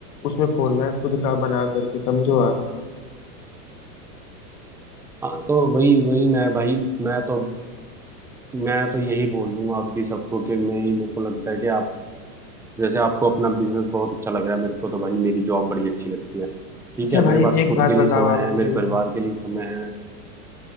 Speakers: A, on the left (about 70°); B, in the centre.
A: उसमें खोलना है खुद का बना करके समझो आप
B: हाँ तो वही वही मैं भाई मैं तो मैं तो यही बोल लूंगा आप भी सबको कि मैं ही मेरे को लगता है कि आप जैसे आपको अपना बिजनेस बहुत अच्छा लग रहा है मेरे को तो भाई मेरी जॉब बड़ी अच्छी लगती है ठीक
A: अच्छा
B: है
A: भाई
B: मेरे पास
A: एक
B: खुद
A: बात
B: के
A: बताओ
B: लिए समय
A: आप
B: है
A: मुझे
B: मेरे परिवार के लिए समय है